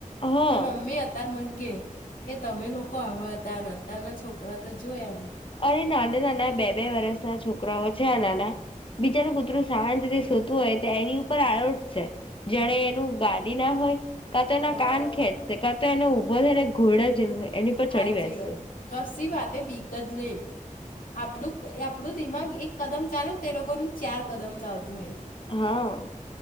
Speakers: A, on the left; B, on the left.
A: હા
B: મમ્મી અતાર મને કે કે તમે લોકો લોકો હવે હતા અતારના છોકરા તો જોઈ એમ.
A: અરે નાના નાના બે બે વરષના છોકરાઓ છે આ નાના બીજાનું કુતરું શાંત રીતે સોતું હોય તો એની ઉપર આરોટ છે જાણે એનું ગાદી ના હોય. કા તો એના
B: હા.
A: કાન ખેંચશે કા તો એને ઉભો છેને ઘોડે એની પર ચડી
B: હાચી
A: બેસશે.
B: વાત કશી વાતે બીક જ નહીં. આપણું આપણું દિમાગ એક કદમ ચાલે ને તે લોકોનું ચાર કદમ ચાલતું હોય.
A: હા.